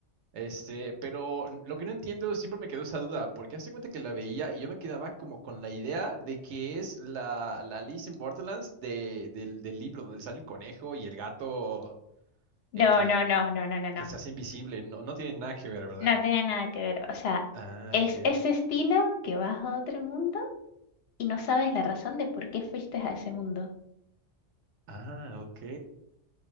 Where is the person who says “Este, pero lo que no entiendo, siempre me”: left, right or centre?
Right